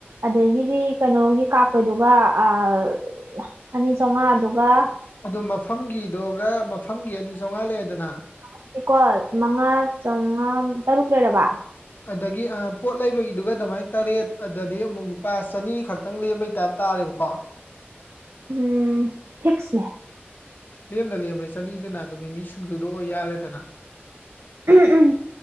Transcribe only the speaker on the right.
ꯑꯗꯒꯤꯗꯤ ꯀꯩꯅꯣꯒꯤ ꯀꯥꯞꯄꯗꯨꯒ ꯑꯥ꯫ ꯑꯅꯤ ꯆꯥꯝꯃꯉꯥ ꯑꯗꯨꯒ꯫
ꯑꯗꯨꯗꯤꯀꯣ ꯃꯉꯥ ꯆꯥꯝꯃꯉꯥ ꯇꯔꯨꯛ ꯂꯩꯔꯕ꯫
ꯎꯝ ꯐꯤꯛꯁꯅꯦ꯫
ꯎ ꯎꯝ